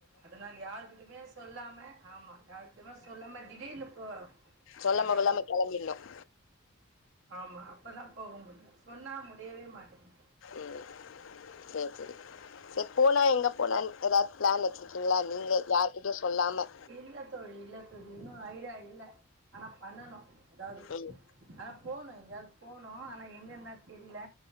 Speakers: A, on the right; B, on the left.
A: அதனால யாருகிட்டயுமே சொல்லாம ஆமா யாருக்கிட்டையுமே சொல்லாம திடீர்னு போறோ
B: சொல்லாம
A: அட்டன்
B: கொல்லாம
A: பண்ண
B: கிளம்பிறலாம்
A: ஆமா அப்போ தான் போக முடியும் சொன்னா முடியவே மாட்டேங்குது
B: ம் சேர் சேரி சேர் போலா எங்க போலான்னு ஏதாவது பிளான் வச்சிருக்கீங்களா நீங்களே யார்கிட்டயும் சொல்லாம
A: இல்ல தோழி இல்ல தோழி இன்னும் ஐடியா இல்ல ஆனா பண்ணணும் ஏதாவது
B: ம்
A: ஆனா போணும் எங்கயாது போனும் ஆனா எங்கேனு தான் தெரில